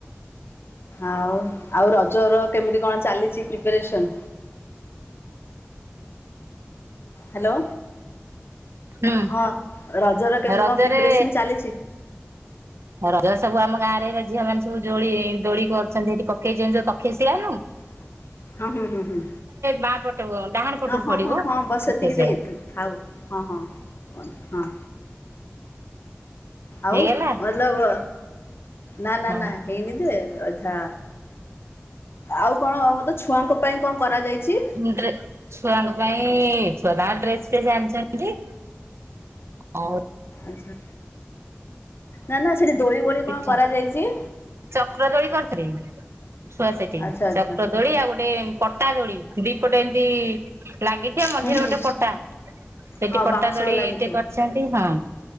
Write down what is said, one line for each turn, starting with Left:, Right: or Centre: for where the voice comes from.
Left: ଆଉ ଆଉ ରଜ ର କେମିତି କଣ ଚାଲିଛି ପ୍ରିପାରେସନ? ହାଲୋ।
Right: ହୁଁ
Left: ହଁ ରଜ ର କେମିତି
Right: ରଜରେ
Left: କଣ ପ୍ରିପାରେସନ ଚାଲିଛି?
Right: ରଜରେ ସବୁ ଆମ ଗାଁରେ ଝିଅ ମାନ ସବୁ ଦୋଳି ଦୋଳି କରିଛନ୍ତି ଏଠି ପକେଇଛନ୍ତି ଯୋଉ ତକ୍ଷଶିଳା ନୁ
Left: <inaudible> ହଁ ହୁ ହୁ ହୁ
Right: ବାଁ ପଟକୁ ଡାହାଣ ପଟକୁ
Left: ହଁ ହଁ
Right: ପଡିବ
Left: ହଁ ହଁବାସ୍ ଏତିକିି
Right: କେଜେଡା
Left: ଦେ ଏତେ ଆଉ ହଁ ହଁ କ ହଁ। ଆଉ
Right: ହେଇଗଲା
Left: ଭଲବ ନା ନା
Right: ହଁ
Left: ନା ହେଇନି ଯେ ଆ ଆଉ କଣ ବୋଧେ ଛୁଆଙ୍କ ପାଇଁ କଣ କରାଯାଇଛି?
Right: ଡ୍ରେ ଛୁଆଙ୍କ ପାଇଁ ଛୁଆ ତାଙ୍କ ଡ୍ରେସ ଫ୍ରେଶ ଆାଣିଛନ୍ତି। ଆଉ।
Left: ଆଚ୍ଛା ନା ନା <unintelligible>
Right: ପିଠା
Left: କଣ କରାଯାଇଛି?
Right: ଚକ୍ର ଦୋଳି କରିଥିଲେ ଛୁଆ ସେଠି
Left: ଆଚ୍ଛା ଆଚ୍ଛା।
Right: ଚକ୍ର ଦୋଳି ଆଉ ଗୋଟେ ପଟା ପଟା ଦୋଳି ଦିପଟେ ଏମିତି ଲାଗିଛି ସେ ମଝିରେ
Left: ହୁଁ ହୁଁ
Right: ଗୋଟେ ପଟା ସେଇଠି
Left: ହଁ
Right: ପଟା
Left: ବାଉଁଶ
Right: ଦୋଳି
Left: ଲାଗିଥିବ
Right: ଟେ କରିଛନ୍ତି ହଁ।